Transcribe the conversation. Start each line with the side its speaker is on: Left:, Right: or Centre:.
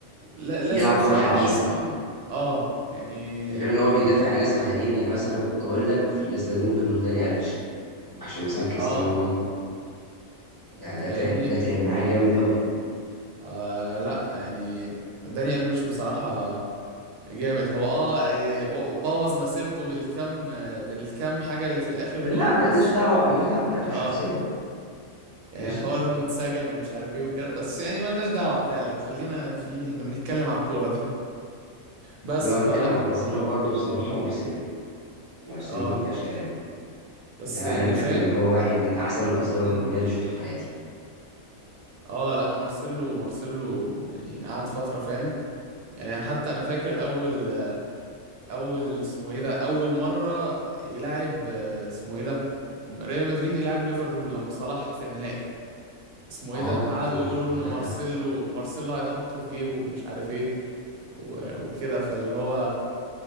Right: لا- لازم
Left: يلعب
Right: سرعة
Left: كره حديثه
Right: اصلا اه يعني
Left: ده غير ان هو بيدافع عن ناس مهاريين يعني مثلا كنت اقول لك في الليسته دي ممكن نقول داني الفيش عشان مثلا كريستيانو
Right: اه
Left: رونالدو ده ده
Right: فاهمني
Left: تعب ده تعب معاه جامد قوي
Right: آه لا يعني داني ألفيش بصراحة جامد هو اه إيه، بوظ مسيرته بالكم بالكم حاجة اللي في الآخر
Left: لا
Right: دول
Left: ملناش
Right: بس
Left: دعوه ملناش دعوه بحياته الشخصيه
Right: اه
Left: بقى
Right: يعني
Left: ملناش
Right: حوار
Left: دعوه
Right: انه اتسجن ومش عارف ايه وكده بس يعني ملناش دعوة فعلا خلينا في احنا بنتكلم على الكورة ده <laughs> بس
Left: ولو هنتكلم
Right: فلا
Left: على الاظهره
Right: ف...
Left: برضه بصراحه مارسيلو مارسيلو
Right: اه
Left: ما فيهاش كلام
Right: بس
Left: ده
Right: يعني
Left: انا بشوف
Right: فاهم
Left: ان هو واحد من احسن الاظهره
Right: مم.
Left: الهجوميه اللي شفته في حياتي
Right: اه لا مارسيلو مارسيلو يعني قعد فترة فاهم يعني حتى انا فاكر اول اول اسمه ايه ده اول مرة يلعب آه، اسمه ايه ده ريال مدريد يلعب ليفربول لما صلاح في النهائي اسمه
Left: اه
Right: ايه ده قعدوا
Left: هو
Right: يقولوا
Left: هو
Right: ان
Left: لا
Right: مارسيلو
Left: لا
Right: مارسيلو هيحطه في جيبه ومش عارف ايه و- وكده فاللي هو